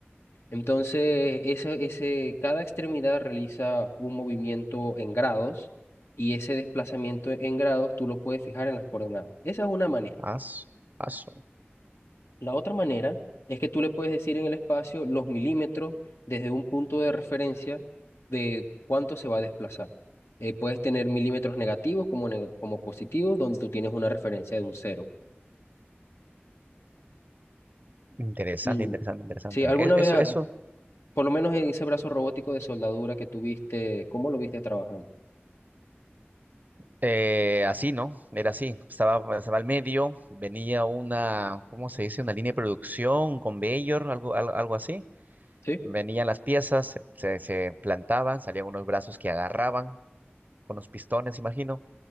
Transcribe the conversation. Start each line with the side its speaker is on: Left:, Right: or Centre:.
Left: Entonces, ese, ese, cada extremidad realiza un movimiento en grados y ese desplazamiento en grados tú lo puedes fijar en las coordenadas. Esa es una manera.
Right: Ah, su- ah, su-
Left: La otra manera es que tú le puedes decir en el espacio los milímetros desde un punto de referencia de cuánto se va a desplazar. Eh, puedes tener milímetros negativos como, ne- como positivos, donde tú tienes una referencia de un cero.
Right: Interesante,
Left: Mm,
Right: interesante, interesante.
Left: Sí, alguna
Right: E-
Left: vez,
Right: Eso,
Left: ah,
Right: eso
Left: por lo menos en ese brazo robótico de soldadura que tuviste, ¿cómo lo viste trabajando?
Right: Eh, así, ¿no? Era así. Estaba, estaba al medio, venía una, ¿cómo se dice? Una línea de producción con Bayor, algo, al- algo, así.
Left: sí
Right: Venían las piezas, se, se- se plantaban, salían unos brazos que agarraban con los pistones, imagino